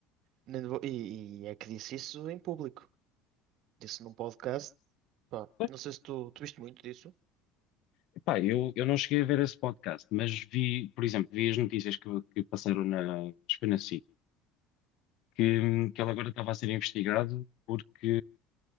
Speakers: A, on the right; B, on the left.
A: Nem vou- E, e é que disse isso em público. Disse num podcast. Pá,
B: Bem,
A: não sei se tu, tu viste muito disso,
B: Epá, eu, eu não cheguei a ver esse podcast, mas vi, por exemplo, vi as notícias que, que passaram na, acho que foi na SIC, que, que ele agora estava a ser investigado porque